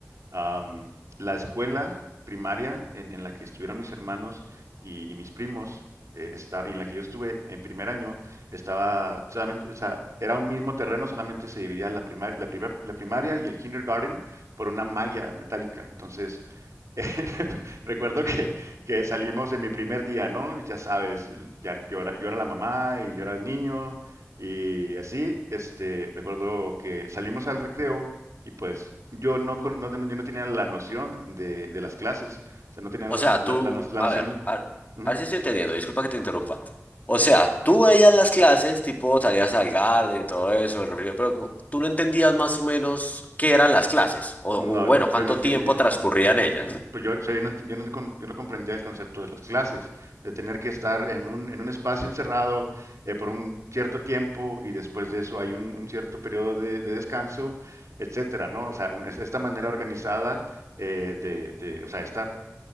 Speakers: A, on the right; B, on the left.
A: Am, la escuela primaria en, en la que estuvieron mis hermanos y, y mis primos, eh, esta- y en la que yo estuve en primer año, estaba solamente, o sea, era un mismo terreno, solamente se dividía la primaria, la, primer- la primaria y el kindergarten por una malla metálica. Entonces, <laughs> Recuerdo que, que salimos en mi primer día, ¿no? Ya sabes, ya llora, llora la mamá y llora el niño y así, este, recuerdo que salimos al recreo y pues yo no, con- no ten- yo no tenía la noción de, de las clases, o sea, no tenía
B: O
A: la,
B: sea,
A: la-
B: tú,
A: la no- la
B: a
A: noción,
B: ver, a, ver
A: ujú,
B: a ver si estoy entendiendo, disculpa que te interrumpa. O sea, tú veías las clases, tipo salías al garden y todo eso, el refrigerio, pero cu- tú no entendías más o menos qué eran las clases, o, o
A: no,
B: bueno,
A: yo
B: cuánto
A: no entendía.
B: tiempo transcurrían ellas.
A: Pues yo, o sea, yo no, ent- yo no con- yo no comprendía el concepto de las clases, de tener que estar en un, en un espacio encerrado eh, por un cierto tiempo y después de eso hay un, un cierto periodo de, de descanso, etcétera, ¿no? O sea, un- es- esta manera organizada eh, de, de, o sea, esta